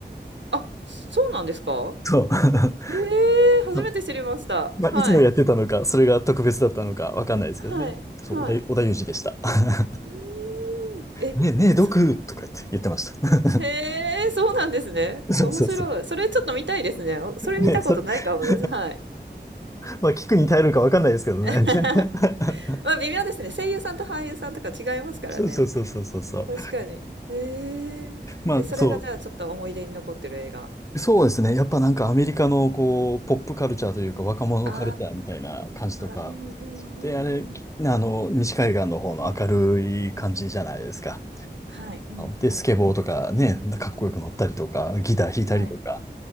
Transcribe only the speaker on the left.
そう。<laughs>
そうまあ、
いつもやってたのか、それが特別だったのか、わかんないですけどね。
そう、
織田、織田裕二でした。<laughs>
ねえ、ねえ、毒とか言って、
言ってました。
<laughs> そうそうそう。
ね、それ <laughs>
まあ、聞くに耐えるかわかんないですけどね。
<laughs>
そうそうそうそうそうそう。
まあ、
そう。そうですね。やっぱなんかアメリカのこう、
ポップカルチャーというか若者カルチャーみたいな感じとか。
そうで、あれ、きあの、西海岸の方の明るい感じじゃないですか。
で、スケボーとかね、かっこよく乗ったりとか、ギター弾いたりとか。